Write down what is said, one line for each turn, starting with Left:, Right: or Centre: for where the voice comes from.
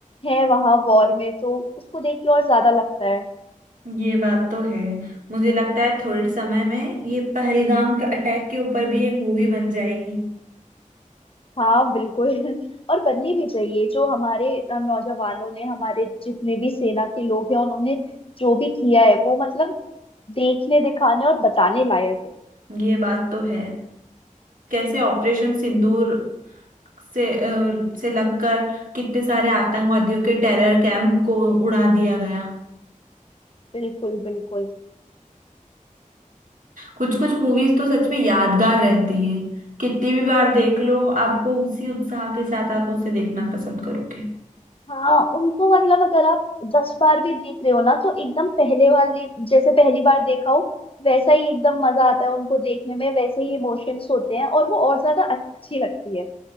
Left: हैं वहां वॉर में तो उसको देख के और ज्यादा लगता है
Right: ये बात तो है मुझे लगता है थोड़े समय में ये पहलगाम का अटैक के ऊपर भी एक मूवी बन जाएगी
Left: हाँ बिल्कुल <laughs> और बननी भी चाहिए जो हमारे अ, नौजवानों ने हमारे जितने भी सेना के लोग हैं उन्होंने जो भी किया है वो मतलब देखने दिखाने और बताने लायक है
Right: ये बात तो है कैसे ऑपरेशन सिंदूर से अ, से लगकर कितने सारे आतंकवादियों के टेरर कैंप को उड़ा दिया गया
Left: बिल्कुल बिल्कुल
Right: कुछ कुछ मूवीज तो सच में यादगार रहती है कितनी भी बार देख लो आपको उसी उत्साह के साथ आप उसे देखना पसंद करोगे
Left: हाँ उनको मतलब अगर आप दस बार भी देख रहे हो ना तो एकदम पहले वाली जैसे पहली बार देखा हो वैसा ही एकदम मजा आता है उनको देखने में वैसे ही इमोशंस होते हैं और वो और ज्यादा अच्छी लगती है